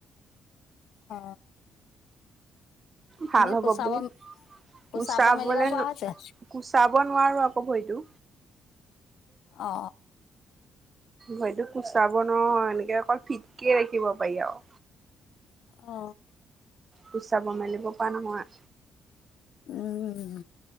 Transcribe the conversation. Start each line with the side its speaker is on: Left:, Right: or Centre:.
Left: অ
Right: ভাল
Left: এনে
Right: হ'ব
Left: কোচাব
Right: বুলি
Left: কোচাব
Right: কুচাবলে
Left: মেলিব পৰা
Right: নো
Left: হৈছে?
Right: কুচাব নোৱাৰো আকৌ ভৰিটো
Left: অ অ
Right: ভইতো কুচাব নোৱাৰো এনেকে অকল ফিটকে ৰাখিব পাৰি আউ
Left: অ
Right: কুচাব মেলিব পৰা নহয়
Left: উম